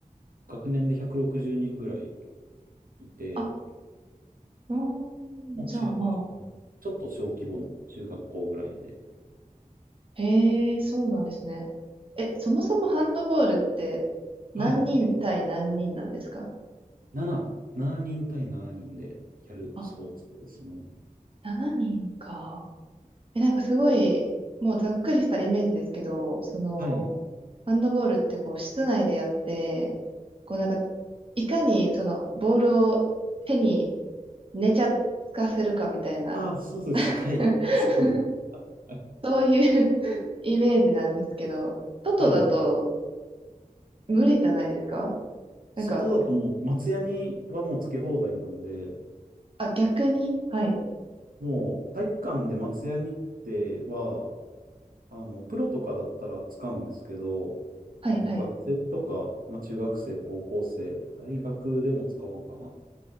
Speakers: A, on the right (about 80°); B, on the right (about 40°).
A: 学年で160人ぐらいいて、
B: あ、うーん。
A: もう中、
B: じゃあまあ。
A: ちょっと小規模の中学校ぐらいで、
B: へえ、そうなんですね。え、そもそもハンドボールって何人対何人なんですか
A: はい、7、7人対7人でやるスポーツですね。
B: あ、7人か。え、なんかすごい、もうざっくりしたイメージですけど、その、
A: はい。
B: ハンドボールってこう室内でやって、こうなんか、いかにそのボールを手に寝ちゃつかせるかみたいな、
A: ああ、そうです。
B: <laughs>
A: はい。そうです。はい。
B: そういう <laughs> イメージなんですけど、外だと
A: はい。
B: 無理じゃないですかなんか、
A: 外だともう、松屋にはもうつけ放題なんで、
B: あ、逆にはい。
A: もう体育館で松ヤニっては、あの、プロとかだったら使うんですけど、
B: はい、
A: あの、
B: はい。
A: 学生とか、まあ、中学生、高校生、大学でも使わんかな、